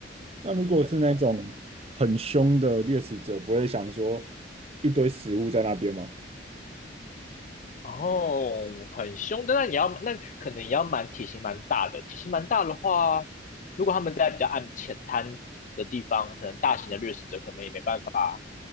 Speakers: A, on the right; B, on the left.
A: 那如果是那种很凶的猎食者，不会想说一堆食物在那边吗？
B: 哦，很凶，但那你要那可能也要蛮体型蛮大的，体型蛮大的话，如果他们在比较暗浅滩的地方，可能大型的掠食者可能也没办法